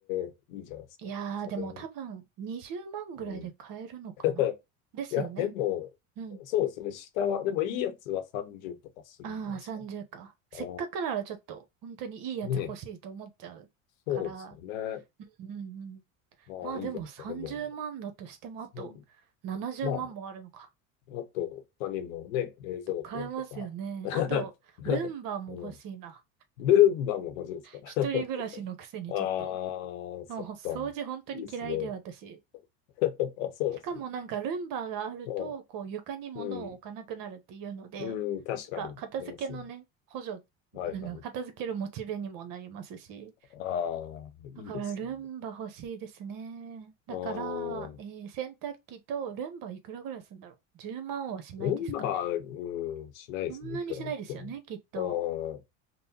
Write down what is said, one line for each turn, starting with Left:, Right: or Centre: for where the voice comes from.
Left: え、いいじゃないですか。
Right: いやー、でも多分20万ぐらいで買えるのかなですよね。
Left: 家電。うん。<laughs> いや、でも、
Right: うん。
Left: そうですね。下は、でもいいやつは30とかするんじゃないですか。
Right: ああ、30か。
Left: ああ、
Right: せっかくならちょっと、本当にいいやつ欲しいと思っちゃうから。
Left: ねえ、そうですよね。
Right: うんうん。
Left: まあ、
Right: まあでも30万だとしてもあと70万もあるのか。
Left: いいじゃないですか。でも、そうまあ、あと、他にもね、冷蔵庫とか、
Right: 買えますよね。
Left: <laughs>
Right: あと、ルンバも欲しいな。
Left: うん。ルンバも欲しいですか <laughs>
Right: 一人暮らしのくせにちょっと。
Left: ああ、そっか。
Right: もう掃除本当に嫌いで私。
Left: いいですね。<laughs> あ、そうですね。
Right: しかもなんかルンバがあると、
Left: まあ、
Right: こう床に物を置かなくなるっていうので、
Left: うん。うん、確かに。
Right: なんか片付けのね、
Left: ありますね。
Right: 補助、
Left: はいはい。
Right: なんか片付けるモチベにもなりますし、
Left: ああ、
Right: だからルンバ欲しいですね。
Left: いいですね。
Right: だから、
Left: ああ、
Right: えー、洗濯機とルンバいくらぐらいするんだろう。10万はしないですかね。
Left: ルンバ、うん、しないですね。
Right: そんなにしないですよね、
Left: いくら売って
Right: きっと。
Left: も。